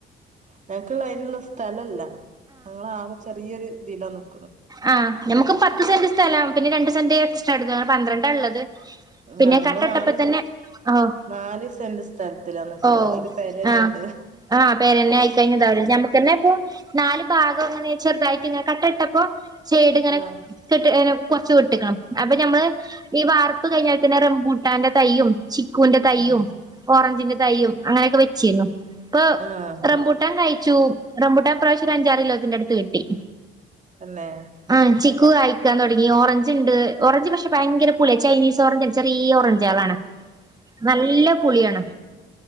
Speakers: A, on the right; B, on the right.
A: ഞങ്ങക്കുള്ള അതിനുള്ള സ്ഥലില്ല ഞങ്ങള ആകെ ചെറിയൊരു ഇതിലാ നി -
B: ആ ഞമുക്ക് പത്ത്സെന്റ് സ്ഥലം പിന്നെ രണ്ടുസെന്റ് എക്സ്ട്രാ എടുത്തു അനെ പന്ത്രണ്ടാ ഉള്ളത് പിന്നെ
A: ഞങ്ങള്
B: കട്ട
A: നാല്
B: ഇട്ടപ്പോ തന്നെ ഓഹ്
A: നാല് സെറ് സ്ഥലത്തിലാ നിക്കണേ
B: ഓ
A: അതില് പെരതന്നെ
B: ആഹ്
A: ഉണ്ട്
B: ആഹ് പെരന്നെ ആയി കഴിഞ്ഞത നമുക്ക് തന്നെ ഇപ്പൊ നാല് ഭാഗം അങ്ങനെ ചെറുതായിട്ട് ഇങ്ങനെ കട്ട ഇട്ടപ്പോ സൈഡ് ഇങ്ങനെ
A: ആഹ്
B: കേട്ട് കൊറച്ചു വിട്ടുനിക്കണം അപ്പൊ ഞമ്മള് ഈ വാർപ്പ് കഴിഞ്ഞാപിന്നെ റംമ്പൂട്ടാന്റെ തൈയ്യും ചിക് ക്കൂന്റെ തയ്യയും
A: ആഹ്
B: ഓറഞ്ചിന്റെ തൈയും അങ്ങനെയൊക്കെ വെച്ചിരുന്നു ഇപ്പൊ
A: ആഹ്
B: റംബൂട്ടാൻ കായിച്ചു റംബൂട്ടാൻ ഈ പ്രാവശ്യം ഒരു അഞ്ചാറ് കിലോത്തിന്റെ അടുത്ത് കിട്ടി
A: തന്നെ
B: ആഹ് ചിക്കു കായി ക്കാൻ തുടങ്ങി ഓറഞ്ച് ഉണ്ട് ഓറഞ്ച് പക്ഷെ ഭയങ്കര പുളിയ ചൈനീസ് ഓറഞ്ച ചെറിയ ഓറഞ്ച് ആളാണ് നല്ല പുളിയാണ്